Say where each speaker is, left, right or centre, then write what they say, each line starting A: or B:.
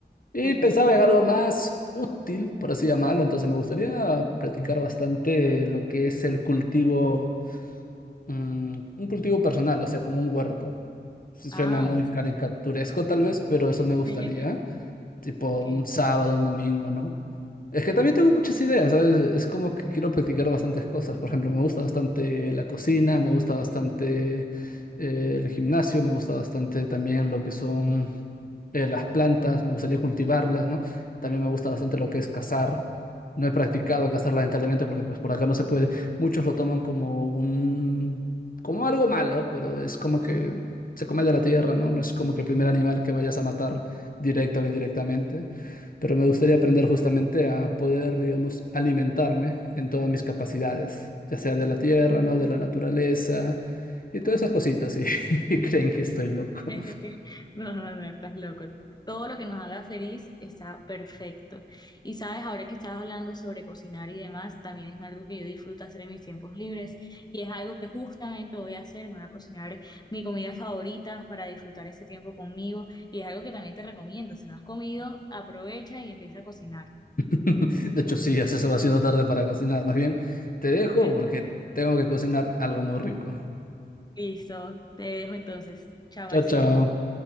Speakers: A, on the left; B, on the left.
A: Y
B: Ajá.
A: pensaba en algo más útil, por así llamarlo, entonces me gustaría practicar bastante lo que es el cultivo, mm, un cultivo personal, o sea, como un huerto. Sí,
B: Ah,
A: Suena muy
B: ok.
A: caricaturesco tal vez, pero eso me gustaría
B: <laughs>
A: tipo un
B: Ok.
A: sábado, un domingo, ¿no? Es que también tengo muchas ideas, ¿sabes? Es como que quiero practicar bastantes cosas. Por ejemplo, me gusta bastante la cocina, me gusta bastante eh, el gimnasio, me gusta bastante también lo que son eh, las plantas, me gustaría cultivarlas, ¿no? También me gusta bastante lo que es cazar. No he practicado cazar lamentablemente porque pues por acá no se puede. Muchos lo toman como un como algo malo, pero es como que se come de la tierra, ¿no? No es como que el primer animal que vayas a matar directa o indirectamente, pero me gustaría aprender justamente a poder, digamos, alimentarme en todas mis capacidades, ya sea de la tierra, ¿no? De la naturaleza y todas esas cositas, y, <laughs> y creen que estoy loco.
B: <laughs> No, no, no, estás loco. Todo lo que nos haga feliz está perfecto. Y sabes, ahora que estabas hablando sobre cocinar y demás, también es algo que yo disfruto hacer en mis tiempos libres y es algo que justamente voy a hacer, me voy a cocinar mi comida favorita para disfrutar ese tiempo conmigo y es algo que también te recomiendo. Si no has comido, aprovecha y empieza a cocinar.
A: <laughs> De hecho, sí, ya se va haciendo tarde para cocinar. Más bien, te dejo
B: <laughs>
A: porque tengo que cocinar algo muy rico.
B: Listo, te dejo entonces. Chao,
A: Chao,
B: Marcial.
A: chao.